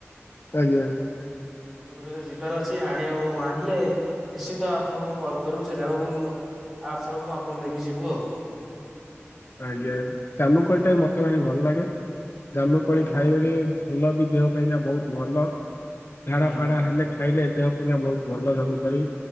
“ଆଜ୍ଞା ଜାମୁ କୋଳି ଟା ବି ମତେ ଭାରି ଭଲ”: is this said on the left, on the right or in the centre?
Left